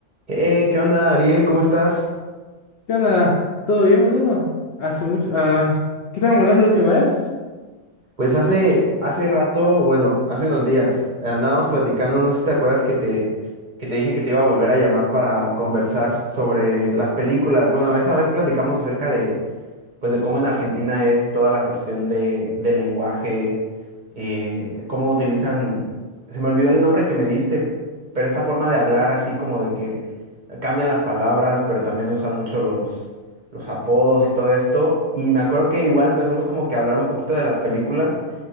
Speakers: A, on the right (about 45°); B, on the left (about 65°).
A: Hey, ¿qué onda, Ariel? ¿Cómo estás?
B: ¿Qué onda? ¿Todo bien, boludo? Hace mucho... ah, ¿qué estábamos hablando la última vez?
A: Pues hace, hace rato, bueno, hace unos días, eh, andábamos platicando, no sé si te acuerdas que te, que te dije que te iba a volver a llamar para conversar sobre las películas. Bueno, esa vez platicamos acerca de, pues de cómo en Argentina es toda la cuestión de, del lenguaje, eh, cómo utilizan, se me olvidó el nombre que me diste, pero esta forma de hablar así como de que cambian las palabras, pero también usan mucho los, los apodos y todo esto. Y me acuerdo que igual empezamos como que a hablar un poquito de las películas